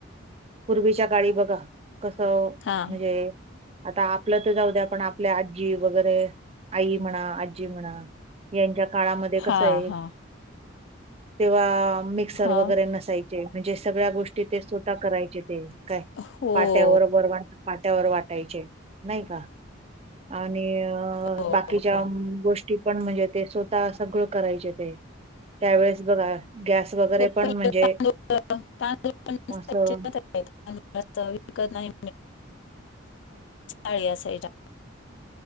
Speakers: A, on the right; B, on the left.
A: पूर्वीच्या काळी बघा....... कस म्हणजे
B: हा
A: आता आपलं तर जाऊ द्या आपण आपल्या आजी वगैरे आई म्हणा आजी म्हणा यांच्या काळामध्ये कस
B: हा
A: आहे.
B: हा
A: तेव्हा मिक्सर
B: हां.
A: वगैरे नसायचे म्हणजे सगळ्या गोष्टी ते स्वतः करायचे ते काय?
B: हो
A: वरवाणटा पाट्यावर वाटायचे नाही का? आणि अ
B: हो,
A: बाकीच्या
B: हो.
A: गोष्टी पण म्हणजे ते स्वतः सगळं करायचे ते त्यावेेळेस बघा गॅस वगैरे
B: खूप
A: पण म्हणजे
B: तांदूळ तांदूळ पण
A: असं
B: विकत नाही अळी असायच्या